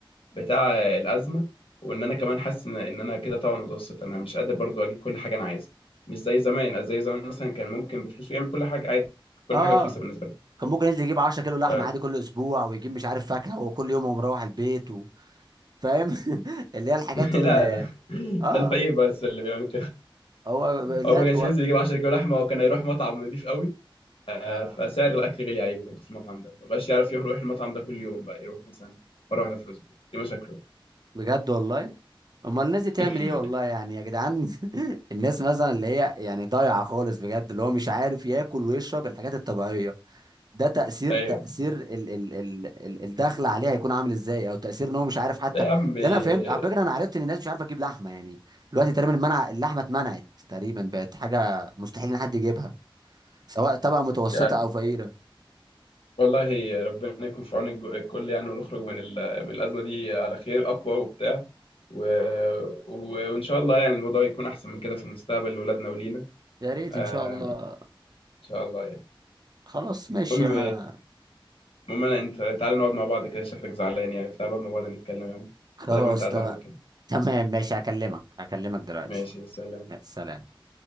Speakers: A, on the left; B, on the right.
A: بتاع الأزمة وإن أنا كمان حاسس إن إن أنا كده طبعا متوسط أنا مش قادر برضو أجيب كل حاجة أنا عايزها مش زي زمان زي زمان مثلا كان ممكن بفلوسه يعمل كل حاجة عادي كل
B: اه
A: حاجة رخيصة
B: آه.
A: بالنسبة له
B: كان ممكن ينزل يجيب 10 كيلو لحمه
A: ف...
B: عادي كل اسبوع ويجيب مش عارف فاكهه وكل يوم هو مروح البيت و... فاهم <laughs> اللي هي الحاجات
A: <laughs> لا
B: اللي
A: لا
B: اه
A: ده الفقير بس اللي بيعمل كده
B: هو لا
A: هو ما كانش ينزل يجيب 10 كيلو لحمة وكان هيروح مطعم نضيف قوي آه،
B: آه
A: فسعر الاكل غالي عليه برضه في المطعم ده مبقاش يعرف يروح المطعم ده كل يوم بقى يروح مثلا مره واحده في الاسبوع دي مشاكله
B: بجد والله امال الناس دي تعمل
A: يعني
B: ايه والله يعني يا جدعان <laughs> الناس مثلا اللي هي يعني ضايعه خالص بجد اللي هو مش عارف ياكل ويشرب الحاجات الطبيعيه ده تاثير
A: <laughs> ايوه
B: تاثير ال ال ال ال الدخل عليه هيكون عامل ازاي او تاثير ان هو مش عارف حتى
A: ده يا عم <laughs>
B: اللي انا فهمت على فكره انا عرفت ان الناس مش عارفه تجيب لحمه يعني دلوقتي تقريبا المنع اللحمه اتمنعت تقريبا بقت حاجه مستحيل ان حد يجيبها سواء طبقه متوسطه
A: يعني
B: او فقيره
A: والله ربنا يكون في عون الج- الكل يعني ونخرج من ال- من الازمه دي على خير اقوى وبتاع و... و... وان شاء الله يعني الموضوع يكون احسن من كده في المستقبل لاولادنا ولينا
B: يا ريت
A: آه،
B: ان شاء الله
A: ان شاء الله يعني
B: خلاص ماشي
A: المهم
B: انا
A: المهم أنا- انت تعالى نقعد مع بعض كده شكلك زعلان يعني تعالى نقعد مع بعض نتكلم يعني
B: خلاص
A: بدل ما انت قاعد
B: تمام
A: لوحدك كده
B: تمام ماشي هكلمك هكلمك دلوقتي
A: ماشي سلام
B: يا سلام